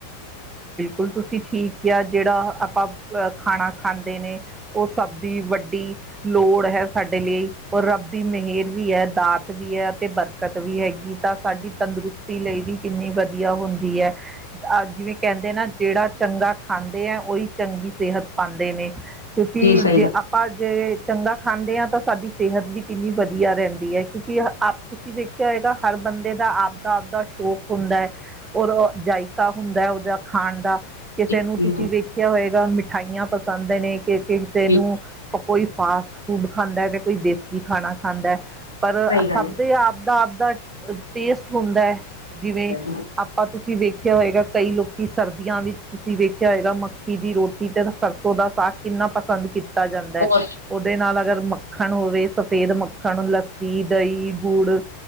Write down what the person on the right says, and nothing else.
ਹੁਣ ਤੁਸੀਂ ਠੀਕ ਕਿਆ, ਜਿਹੜਾ ਆਪਾਂ ਖਾਣਾ ਖਾਂਦੇ ਨੇ, ਉਹ ਸਭ ਦੀ ਵੱਡੀ ਲੋੜ ਹੈ ਸਾਡੇ ਲਈ, ਔਰ ਰੱਬ ਦੀ ਮਹੇਰ ਵੀ ਐ, ਦਾਤ ਵੀ ਹੈ ਅਤੇ ਬਰ -ਕਤ ਵੀ ਹੈਗੀ ਤਾਂ ਸਾਡੀ ਤੰਦਰੁਸਤੀ ਲਈ ਵੀ ਕਿੰਨੀ ਵਧੀਆ ਹੁੰਦੀ ਐ। ਅੱਜ ਵੀ ਕਹਿੰਦੇ ਨਾ ਜਿਹੜਾਂ ਚੰਗਾ ਖਾਂਦੇ ਆ, ਉਹੀ ਚੰਗੀ ਸਿਹਤ ਪਾਂਦੇ ਨੇ। ਕਿਉਂਕਿ
ਜਿਲ
ਆਪਾਂ ਜੇ ਚੰਗਾ ਖਾਂਦੇ ਆਂ, ਤਾਂ ਸਾਡੀ ਸਿਹਤ ਵੀ ਕਿੰਨੀ ਵਧੀਆ ਰਹਿਦੀ ਐ ਕਿਉਂਕਿ ਆਪ ਤੁਸੀਂ ਵੇਖਿਆ ਹੋਏਗਾ, ਹਰ ਬੰਦੇ ਦਾ ਆਪਦਾ-ਆਪਦਾ ਸ਼ੌਕ ਹੁੰਦਾ ਐ, ਔਰ ਜਾਇਕਾ ਹੁੰਦਾ ਉਹਦਾ ਖਾਣ ਦਾ ਕਿਸੇ
ਨੂੰ
ਤੁਸੀਂ
ਵੇਖ ਕਿਆ ਹੋਏਗਾ ਮਿਠਾਈਆਂ ਪਸੰਦ ਨੇ ਕਿਸੇ-ਕਿਸੇ
ਨੂੰ ਕੋਈ ਫਾਸਟ ਫੂਡ ਖਾਂਦਾ ਤੇ ਕੋਈ ਦੇਸੀ ਖਾਨਾ ਖਾਂਦਾ। ਪਰ
ਸਬ ਦੇ ਆਪਦਾ-ਆਪਦਾ ਟੇਸਟ ਹੁੰਦੈ। ਜਿਵੇਂ
ਆਪਾਂ ਤੁਸੀਂ ਵੇਖੀ ਦੇਖੇਆ ਹੋਏਗਾ ਕਈ ਲੋਕੀ ਸਰਦੀਆਂ ਵਿੱਚ ਤੁਸੀਂ ਵੇਖੇਆ ਹੋਏਗਾ ਮੱਕੀ ਦੀ ਰੋਟੀ ਤੇ ਸਰਸੋਂ ਦਾ ਸਾਗ ਕਿੰਨਾ ਪਸੰਦ ਕੀਤਾ ਜਾਂਦੈ।
ਓਦੇ ਨਾਲ ਅਗਰ ਮੱਖਨ ਹੋਵੇ ਸਫੈਦ ਮੱਖਨ, ਲੱਸੀ, ਦਈਂ, ਗੁੜ